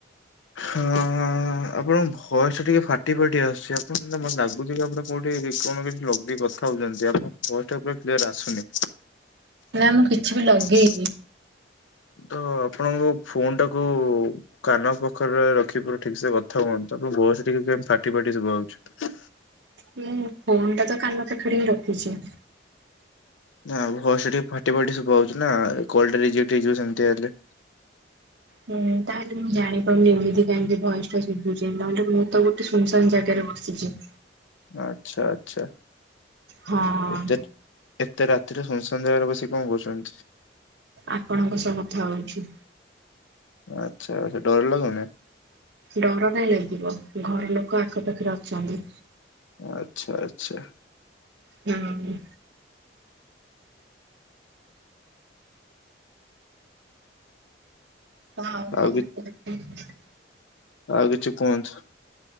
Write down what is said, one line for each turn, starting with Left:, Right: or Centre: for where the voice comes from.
Left: ହଁ ହଁ ଆପଣଙ୍କ ଭୟସ ଟିକେ ଫାଟି ଫାଟି ଆସୁଛି, ଆପଣ ମତେ ଲାଗୁଛି କି ଆପଣ କୋଉଠି କଣ କିଛି ଲଗେଇ କଥା ହଉଛନ୍ତି, ଆପଣଙ୍କ ଭଏସ ଟା ପୁରା କ୍ଲିୟର ଆସୁନି।
Right: ନା ମୁଁ କିଛି ବି ଲଗେଇନି
Left: ହୁଁ <inaudible> ତ ଆପଣଙ୍କ ଫୋନ୍ ଟାକୁ କାନ ପ ପାଖରେ ରଖି ପୁରା ଠିକ ସେ କଥା ହୁଅନ୍ତୁ, ଆପଣଙ୍କ ଭଏସ ଟା ଟିକେ କେ ଫାଟି ଫାଟି ଶୁଭା ହଉଚି।
Right: ହୁଁ ଫୋନ୍ ଟା ତ କାନ ପାଖରେ ହିଁ ରଖିଛି।
Left: ନା ଭଏସ୍ ଟା ଟିକେ ଫାଟି ଫାଟି ସୁଭାଯାଉଛି ନା କଲ୍ଟା ରିଜେକ୍ଟ ହେଇଯିବ ସେମିତି ହେଲେ।
Right: ହୁଁ ତାହେଲେ ମୁଁ ଜାଣିପାରୁନି ଏମିତି କାହିଁକି ଭଏସ୍ ଟା ଶୁଭୁଛି ନହେଲେ ମୁଁ ତ ଗୋଟେ ସୁନସାନ ଜାଗାରେ ବସିଛି। ସିଚି।
Left: ଆଚ୍ଛା ଆଚ୍ଛା
Right: ହଁ
Left: ଏତେ ଏତେ ରାତିରେ ଶୁନଶାନ ଜାଗାରେ ବସିିକ କଣ କରୁଛନ୍ତି?
Right: ଆପଣଙ୍କ ସହ କଥା ହଉଛି।
Left: ଆଚ୍ଛା ଆଚ୍ଛା ଡରଲାଗୁନି?
Right: ଡର କାଇଁ ଲାଗିବ, ଘର ଲୋକ ଆଖପାଖରେ ଅଛନ୍ତି।
Left: ଆଚ୍ଛା ଆଚ୍ଛା।
Right: ହୁଁ। <unintelligible>
Left: ଆଉ କିଛି ଆଉ କିଛି କୁହନ୍ତୁ।